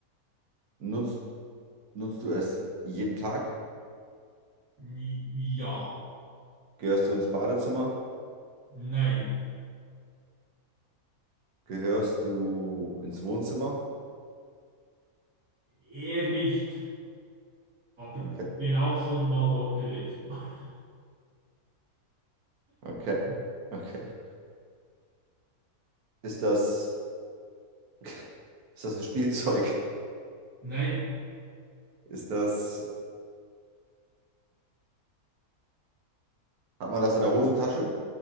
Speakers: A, on the right (about 75°); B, on the right (about 60°).
A: nutzt Nutzt du es jeden Tag?
B: n- ja,
A: Gehörst du ins Badezimmer?
B: nein.
A: Gehörst du ins Wohnzimmer?
B: Eher nicht, aber
A: Okay,
B: bin auch schon mal dort gewesen. <laughs>
A: okay, okay. Ist das, <laughs> ist das ein Spielzeug?
B: Nein,
A: Ist das, hat man das in der Hosentasche?